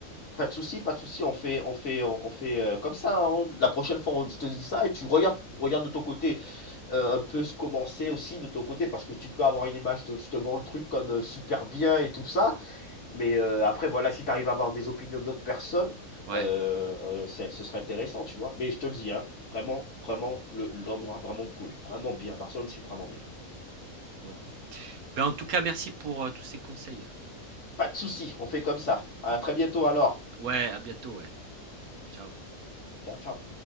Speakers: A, on the left; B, on the right.
A: Pas de souci, pas de souci, on fait, on fait, on fait euh, comme ça. hein. La prochaine fois, on, je te dis ça et tu regardes, regarde de ton côté euh, un peu ce commencer aussi de ton côté parce que tu peux avoir une image de je te vends le truc comme euh, super bien et tout ça. Mais euh, après, voilà, si tu arrives à avoir des opinions d'autres personnes,
B: Ouais,
A: euh, euh, c'est- ce serait intéressant, tu vois. Mais je te le dis, hein, vraiment, vraiment, le- l'endroit vraiment cool, vraiment bien. Barcelone, c'est vraiment bien.
B: bon. Ben, en tout cas, merci pour euh, tous ces conseils.
A: Pas de souci, on fait comme ça. À très bientôt alors.
B: Ouais, à bientôt, ouais. Ciao.
A: Ciao, ciao.